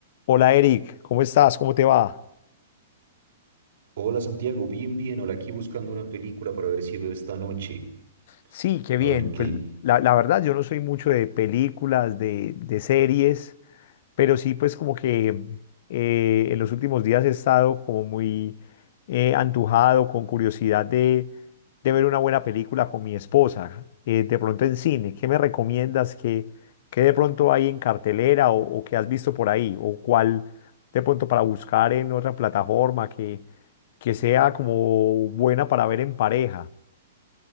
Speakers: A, on the left; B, on the right.
A: Hola Eric, ¿cómo estás? ¿Cómo te va?
B: Hola Santiago, bien, bien. Hola, aquí buscando una película para ver si veo esta noche.
A: Sí, qué
B: A
A: bien.
B: ver qué.
A: Pues la, la verdad, yo no soy mucho de películas, de, de series. pero sí, pues como que eh, en los últimos días he estado como muy eh, antojado, con curiosidad de, de ver una buena película con mi esposa, eh, de pronto en cine. ¿Qué me recomiendas? ¿Qué, qué de pronto hay en cartelera o, o qué has visto por ahí? ¿O cuál de pronto para buscar en otra plataforma que, que sea como buena para ver en pareja?